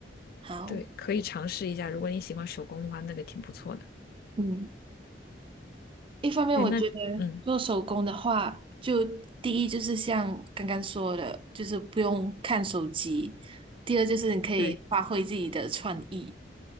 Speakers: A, on the right; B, on the left.
A: 好，
B: 对，可以尝试一下。如果你喜欢手工的话，那个挺不错的。
A: 嗯。一方面，
B: 哎，
A: 我觉得做手工的话，
B: 那嗯，
A: 就第一就是像刚刚说的，就是不用看手机；第二就是你可以发挥自己的创意。
B: 对，